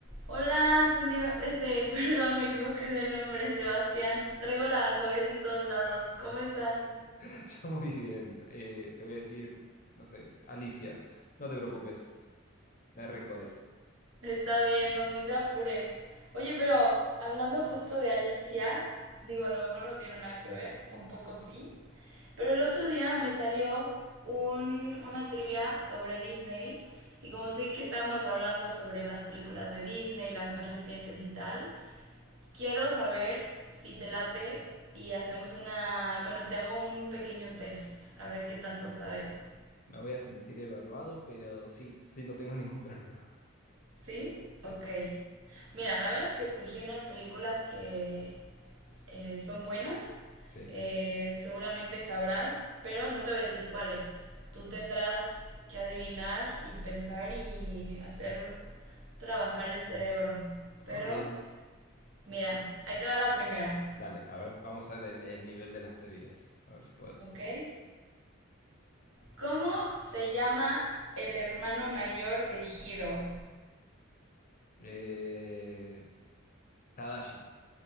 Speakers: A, on the right; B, on the left.
A: Hola, Santiago. Este, <laughs> perdón, me equivoqué de nombre, Sebastián. Traigo la cabeza en todos lados. ¿Cómo estás?
B: <laughs> Muy bien. Eh, te voy a decir, no sé, Alicia, no te preocupes, no hay rencores.
A: Está bien, no, no te apures. Oye, pero hablando justo de Alicia, digo, a lo mejor no tiene nada que ver, un poco sí, pero el otro día me salió un- una trivia sobre Disney y
B: Sí,
A: como sé que estábamos hablando sobre las películas de Disney, las más recientes y tal, quiero saber si te late y hacemos una, bueno, te hago un pequeño test, a ver qué tanto sabes.
B: no voy a sentir evaluado, pero sí, sí, no tengo <laughs> ningún problema.
A: ¿Sí?
B: Sí,
A: Ok. Mira, la verdad es que escogí unas películas que eh, son buenas,
B: sí.
A: eh, seguramente sabrás, pero no te voy a decir cuáles. Tú tendrás que adivinar y pensar y hacer trabajar el cerebro. Pero,
B: Ok.
A: mira,
B: Me-
A: ahí te va la primera,
B: Dale, a ver, vamos a ver el, el nivel de las trivias. A ver si puedo.
A: ¿ok? ¿Cómo se llama el hermano mayor de Hiro?
B: Eh, Tadashi,